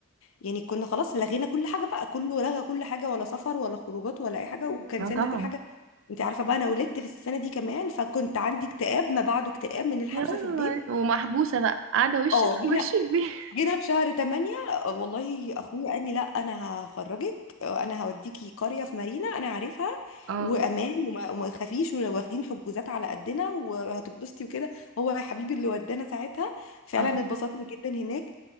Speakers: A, on the left; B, on the right.
A: يعني كنا خلاص لغينا كل حاجه بقى كله لغى كل حاجه ولا سفر ولا خروجات ولا اي حاجه وكنسلنا
B: اه طبعا
A: كل حاجه انت عارفه بقى انا ولدت في السنه دي كمان فكنت عندي اكتئاب ما بعده اكتئاب من الحبسه
B: يا
A: في البيت
B: ومحبوسه بقى قاعده وشك
A: اه
B: في وش
A: جينا
B: البيت
A: جينا في شهر 8 والله اخويا قال لي لا انا هخرجك انا هوديكي قريه في مارينا انا عارفها
B: اه
A: وامان وما, وما تخافيش واخدين حجوزات على قدنا وهتتبسطي وكده هو يا حبيبي اللي ودانا ساعتها فعلا
B: اه
A: اتبسطنا جدا هناك